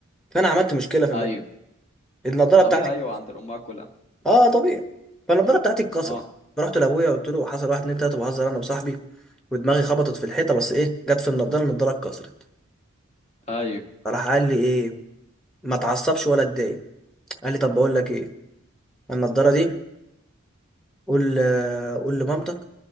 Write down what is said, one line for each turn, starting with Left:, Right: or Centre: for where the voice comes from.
Centre: فانا عملت مشكله في
Left: ايوه
Centre: الماده النضاره
Left: طبيعي
Centre: بتاعتي
Left: ايوه
Centre: اتكسرت.
Left: عند الامهات كلها
Centre: اه طبيعي فالنضاره بتاعتي اتكسرت
Left: اه
Centre: فرحت لابويا قلت له حصل واحد اتنين تلاته بهزر انا وصاحبي ودماغي خبطت في الحيطه بس ايه جت في النضاره النضاره اتكسرت
Left: ايوه
Centre: فراح قال لي ايه ما اتعصبش ولا اتضايق قال لي طب بقول لك ايه النضاره دي قول قول لمامتك